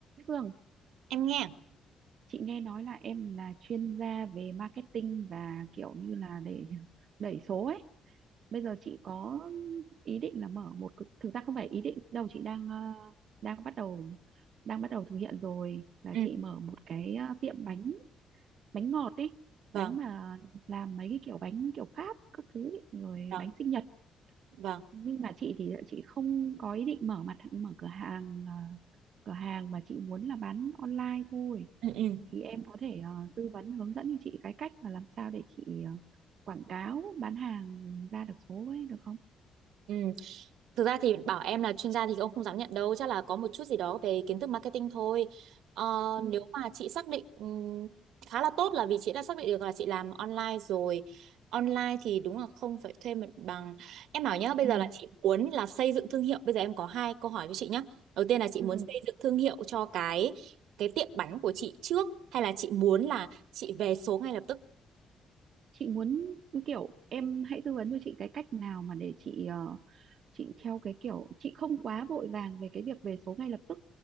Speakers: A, on the right; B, on the right.
A: Phương,
B: em nghe
A: chị nghe nói là em là chuyên gia về marketing và kiểu như là để đẩy số ấy. Bây giờ chị có ý định là mở một cái- thực ra không phải ý định đâu, chị đang ờ, đang bắt đầu đang bắt đầu thực hiện rồi là
B: Ừ,
A: chị mở một cái ờ, tiệm bánh bánh ngọt ấy,
B: vâng.
A: bánh mà làm mấy cái kiểu bánh kiểu Pháp các thứ ấy, rồi
B: Rồi,
A: bánh sinh nhật.
B: vâng
A: Nhưng mà chị thì chị không có ý định mở mặt mở cửa hàng ờ, cửa hàng mà chị muốn là bán online thôi
B: Ừ, ừ,
A: thì em có thể ờ, tư vấn hướng dẫn cho chị cái cách mà làm sao để chị ờ, quảng cáo bán hàng rồi ra được số ấy được không?
B: ừ. Thực ra thì bảo em là chuyên gia thì ông không dám nhận đâu, chắc là có một chút gì đó về kiến thức marketing thôi. Ờ,
A: ừ
B: nếu mà chị xác định ừm, khá là tốt là vì chị đã xác định được là chị làm online rồi. Online thì đúng là không phải thuê mặt bằng. Em bảo nhá, bây
A: ừ
B: giờ là chị muốn là xây dựng thương hiệu. Bây giờ em có hai câu hỏi với chị nhá. Đầu tiên là chị
A: ừ
B: muốn xây dựng thương hiệu cho cái cái tiệm bánh của chị trước hay là chị muốn là chị về số ngay lập tức?
A: Chị muốn kiểu em hãy tư vấn cho chị cái cách nào mà để chị ờ, chị theo cái kiểu chị không quá vội vàng về cái việc về số ngay lập tức